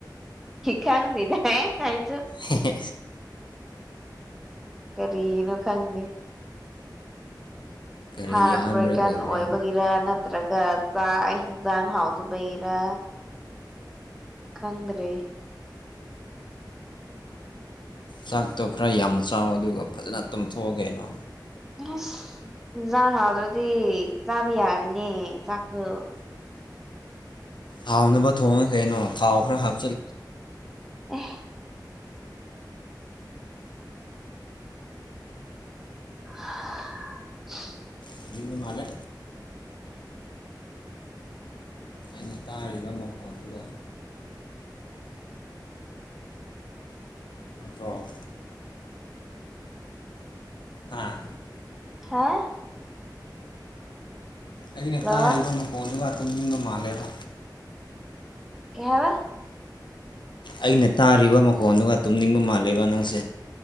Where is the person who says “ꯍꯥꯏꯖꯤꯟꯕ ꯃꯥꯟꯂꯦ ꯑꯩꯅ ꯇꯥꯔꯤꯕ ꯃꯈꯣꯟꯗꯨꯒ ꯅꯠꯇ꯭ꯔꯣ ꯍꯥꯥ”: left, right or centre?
Left